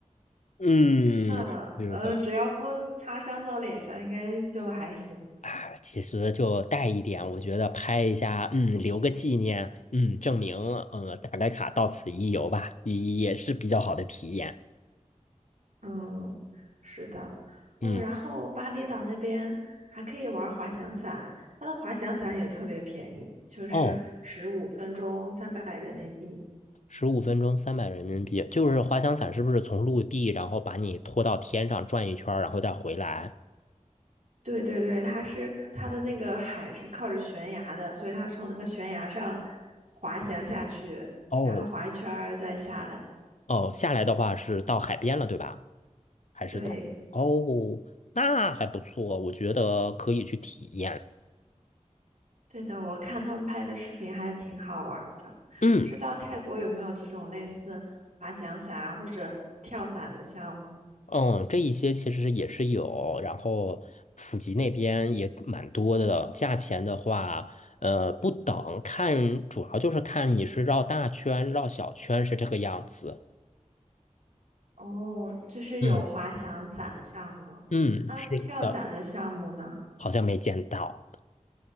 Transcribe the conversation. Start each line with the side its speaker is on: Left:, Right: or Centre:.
Left: 嗯，
Right: 算了，
Left: 是的
Right: 呃，只要不擦伤到脸上，应该就还行。
Left: 啊，其实就带一点，我觉得拍一下，嗯，留个纪念，嗯，证明，嗯，打个卡，到此一游吧，也也是比较好的体验。
Right: 嗯，是的，哦，
Left: 嗯，
Right: 然后巴厘岛那边还可以玩滑翔伞，它的滑翔伞也特别便宜，就是十五分钟三百人民币。
Left: 哦，十五分钟三百人民币，就是滑翔伞是不是从陆地，然后把你拖到天上转一圈儿，然后再回来？
Right: 对对对，它是它的那个海是靠着悬崖的，所以它从那个悬崖上滑翔下去，
Left: 哦
Right: 然后滑一圈儿再下来。
Left: 哦，下来的话是到海边了，对吧？还是到？
Right: 对
Left: 哦，那还不错，我觉得可以去体验。
Right: 对的，我看他们拍的视频还挺好玩儿的。
Left: 嗯
Right: 不知道泰国有没有这种类似滑翔伞啊或者跳伞的项目？
Left: 嗯，这一些其实也是有，然后普吉那边也蛮多的。价钱的话，呃，不等，看主要就是看你是绕大圈、绕小圈是这个样子。
Right: 哦，这是有滑翔伞的项目，
Left: 嗯。嗯，
Right: 啊，
Left: 是的，
Right: 跳伞的项目呢？
Left: 好像没见到。